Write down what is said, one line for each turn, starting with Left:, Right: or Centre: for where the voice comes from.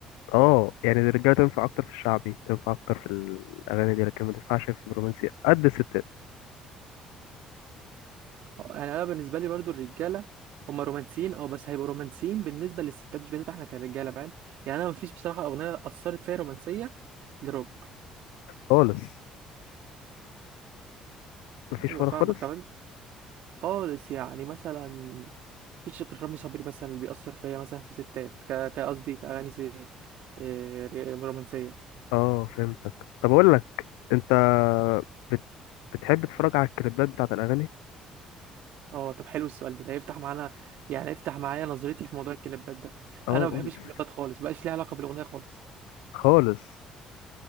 Left: اه يعني الرجالة تنفع أكتر في الشعبي تنفع أكتر في الأغاني دي لكن ما تنفعش في الرومانسي قد الستات
Right: اه، يعني انا بالنسبه لي برضو الرجاله هم رومانسيين اه بس هيبقوا رومانسيين بالنسبه للستات مش بالنسبه احنا كرجاله فاهم يعني انا مفيش بصراحه اغنيه اثرت فيا رومانسيه لروب
Left: خالص مفيش
Right: ايوه
Left: ولا
Right: فاهمك
Left: خالص
Right: طب خالص يعني مثلا مفيش غير رامي صبري مثلا اللي بيأثر فيا مثلا في ستات ك- كقصدي كأغاني سي- آه، رومانسية
Left: اه فهمتك طب أقول لك أنت بت... بتحب تتفرج على الكليبات بتاعت الأغاني
Right: اه طب حلو السؤال ده ده يفتح معانا يعني يفتح معايا نظرتي في موضوع الكليبات ده
Left: اه
Right: انا ما
Left: قول
Right: بحبش
Left: لي.
Right: الكليبات خالص بقاش ليها علاقة بالأغنية خالص
Left: خالص